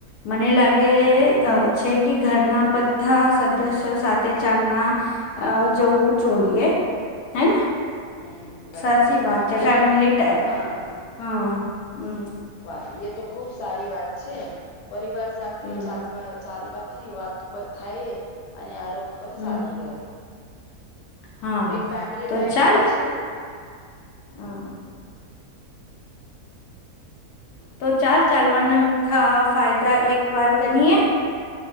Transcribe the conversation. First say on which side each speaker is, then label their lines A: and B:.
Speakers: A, on the left; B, on the left.
A: મને લાગે છે કે ઘરના બધા સદસ્યો સાથે ચાલના. અ જવું જોઈએ હેને.
B: હમ બરાબર
A: સાચી વાત છે
B: એ
A: ફેમિલી
B: તો
A: ટા
B: હા.
A: હા હમ.
B: વાહ એ તો ખુબ સારી વાત છે પરિવાર સાથે
A: હમ
B: ચાલવા. ચાલવાથી વાત પર થાય અને આરોપ પણ
A: હમ
B: સારું રહે.
A: હા
B: એક ફેમિલી
A: તો
B: ટાઈમ
A: ચાલ
B: મળે છે ને.
A: હા. તો ચાલ ચાલવાના મુખ્ય ફાયદા એક વાર ગણીએે.